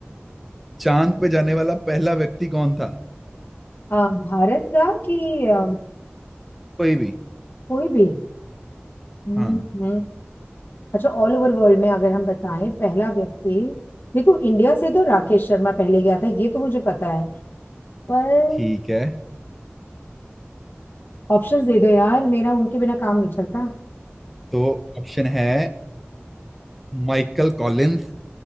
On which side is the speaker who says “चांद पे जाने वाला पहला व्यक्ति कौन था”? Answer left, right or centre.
Centre